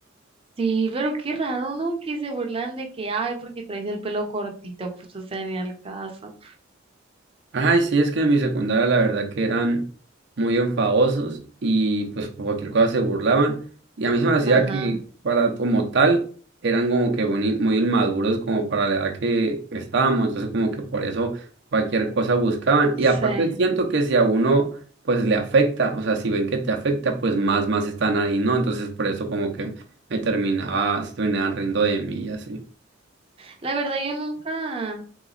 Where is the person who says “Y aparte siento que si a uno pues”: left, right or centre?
Right